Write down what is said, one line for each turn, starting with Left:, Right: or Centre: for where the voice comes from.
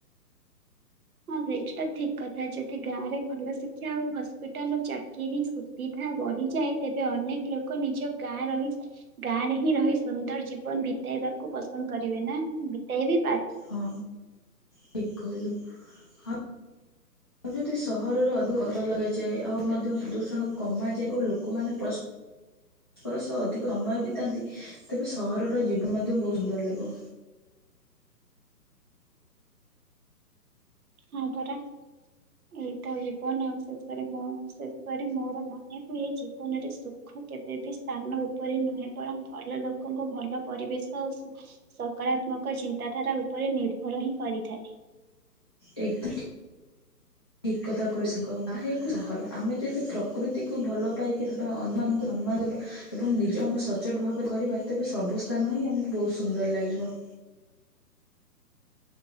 Right: ହଁ <unintelligible> ଟା ଠିକ କଥା ଯଦି ଗାଁ ରେ ଭଲ ଶିକ୍ଷା ଆଉ ହସ୍ପିଟାଲର ଚାକିରି ସୁବିଧା ବଢିଯାଏ ତେବେ ଅନେକ ଲୋକ ନିଜ ଗାଁ ରହି ଗାଁରେ ହିଁ ରହି ସୁନ୍ଦର ଜୀବନ ବିତେଇବାକୁ ପସନ୍ଦ କରିବେ ନା ବିତେଇବି।
Left: ହଁ ଠିକ୍ କହିଲୁ। ହ <unintelligible> ସହରରେ ଅଧିକ ଅଟ ଲଗାଯାଇଛି। ଏ ଆଉ ମଧ୍ୟ ପ୍ରଦୂଷଣ କମା ଯାଏ ଓ ଲୋକମାନେ ଫାଷ୍ଟ <inaudible> ପରସ୍ପର ସହ ଅଧିକ ସମୟ ବିତାନ୍ତି। କିନ୍ତୁ ସହର ଯିବ ମଧ୍ୟ ବୋହୁତ ସୁନ୍ଦର ଲାଗିବ।
Right: ହଁ ପରା ଏଇ ତ ଜୀବନ ଆଉ। ଶେଷରେ ମୁଁ ଶେଷରେ ମୋର ମନେ ହୁଏ ଜୀବନରେ ସୁଖ କେବେ ବି ସ୍ଥାନ ଉପରେ ନୁହେଁ ବରଂ ଭଲ ଲୋକଙ୍କୁ ଭଲ ପରିବେଶ ଆ ସକାରାତ୍ମକ ଚିନ୍ତାଧାରା ଉପରେ ନିର୍ଭର ହିଁ କରିଥାଏ।
Left: ଏ ଠିକ କଥା କ ସହର ଆମେ ଯଦି ପ୍ରକୃତିକୁ ଭଲ ପାଇକି ରିବା ଅନ୍ୟମାନଙ୍କୁ ସମ୍ମାନ ଦେବା ଏବଂ ନିଜ ଆମେ ସଚୋଟ ଭାବରେ କରିବା ତେବେ ସବୁ ସ୍ଥାନ ହିଁ ଆମକୁ ବହୁତ ସୁନ୍ଦର ଲାଗିବ।